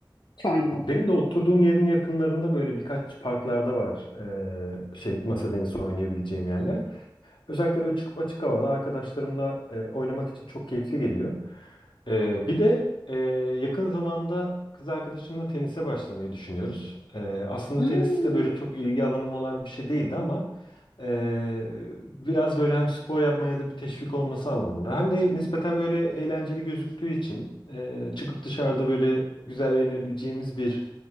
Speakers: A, on the left; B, on the left.
A: hiç oynamadım.
B: Benim de oturduğum yerin yakınlarında böyle birkaç parklarda var ee, şey masa tenisi oynayabileceğim yerler. Özellikle böyle çıkıp açık havada arkadaşlarımla e, oynamak için çok keyifli geliyor. E, bir de e, yakın zamanda kız arkadaşımla tenise başlamayı düşünüyoruz. E, aslında
A: Hmm.
B: tenis de böyle çok ilgi alanım olan bir şey değildi ama e, biraz böyle hem spor yapmaya da bir teşvik olması anlamında hem de nispeten böyle eğlenceli gözüktüğü için e, çıkıp dışarıda böyle güzel eğlenebileceğimiz bir